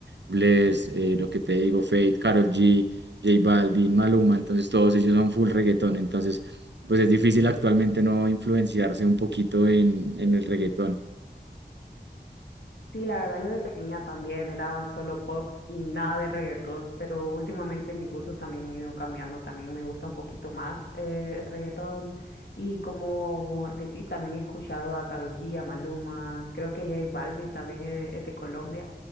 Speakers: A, on the right; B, on the left.
A: Bless, eh, lo que te digo, Fate, Karol G, J Balvin, Maluma, entonces todos ellos son full reggaetón, entonces pues es difícil actualmente no influenciarse un poquito en, en el reggaetón.
B: Sí, la verdad yo de pequeña también era solo pop y nada de reggaetón, pero últimamente mis gustos también han ido cambiando, también me gusta un poquito más eh, el reggaetón y como decís, también he escuchado a Karol G, a Maluma, creo que J Balvin también es, es de Colombia,